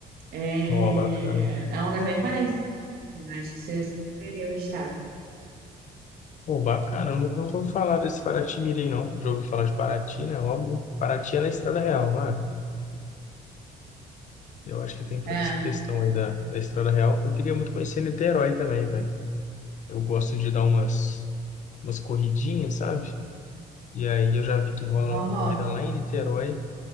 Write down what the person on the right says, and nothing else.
É,
é um lugar bem paradisíaco, assim, acho que você super iria gostar.
É,
aham.